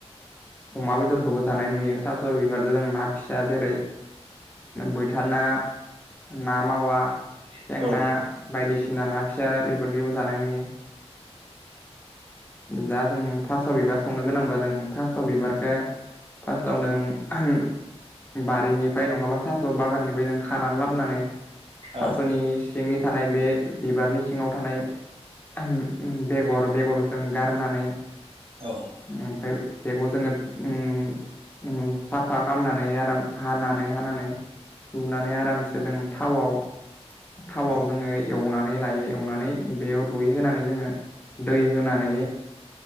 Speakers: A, on the left; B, on the right.
A: अमा बेदरखौबो जानाय नुयो थास' बिबारजों जों ना फिसा जेरै बैथा ना ना मावा
B: औ
A: सेंना
B: औ
A: बायदिसिना ना फिसा बेफोरदिबो जानाय नुयो दा जों थास' बिबार संनो गोनांबा जों थास' बिबारखौ फार्स्टाव नो बारिनिफ्राय नङाबा थास' बागाननिफ्राय जों खानानै लाबोनानै थास'नि
B: औ
A: सिंनि थानाय बे बिबारनि सिङाव थानाय <unintelligible> बेगर बेगरजों गारनानै
B: औ
A: ओमफ्राय बेखौ जोंङो ओम ओम साफा खालामनानै आराम हानानै हानानै सुनानै आरामसे जों थावआव थावाव
B: औ
A: जोङो एवनानै लायो एवनानै बेयाव रुइहोनानै जोंङो दै होनानै